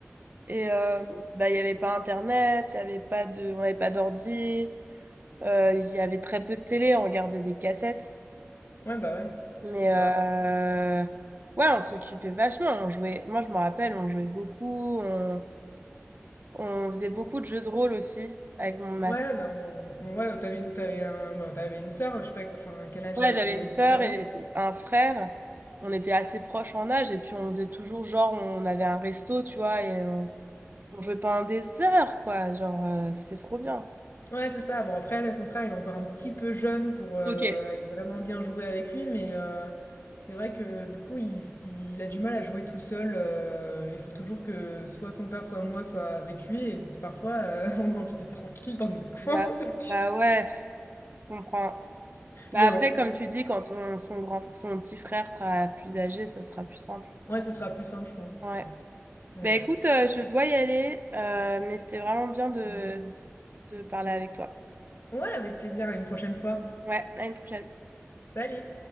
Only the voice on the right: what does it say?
et euh, bah, il n'y avait pas Internet, il y avait pas de, on n'avait pas d'ordi, euh, il y avait très peu de télé, on regardait des cassettes.
Mais
euh, ouais, on s'occupait vachement. On jouait, moi, je me rappelle, on jouait beaucoup, on, on faisait beaucoup de jeux de rôle aussi avec mon masque.
Ouais,
j'avais
une
sœur
et un frère. On était assez proches en âge et puis on faisait toujours genre, on avait un resto, tu vois, et On jouait pendant des heures, quoi. Genre, euh, c'était trop bien.
Ok.
Bah,
bah ouais, pff, je comprends. Bah
après,
comme tu dis, quand ton son grand, son petit frère sera plus âgé, ça sera plus simple.
Ouais.
Bah écoute, euh, je dois y aller, euh, mais c'était vraiment bien de, de parler avec toi.
Ouais, à une prochaine.